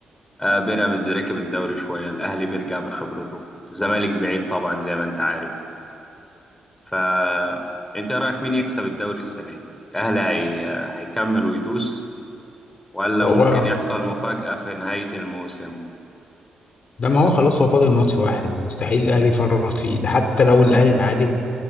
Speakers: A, on the left; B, on the left.
A: آه بيراميدز ركب الدوري شويه الاهلي بيرجع بخبرته الزمالك بعيد طبعا زي ما انت عارف فأنت رأيك مين يكسب الدوري السنة دي؟ الأهلي هي... هيكمل ويدوس ولا
B: هو
A: ممكن يحصل مفاجأة في نهاية الموسم؟
B: ده ما هو خلاص هو فاضل ماتش واحد ومستحيل الاهلي يفرط فيه ده حتى لو الاهلي اتعادل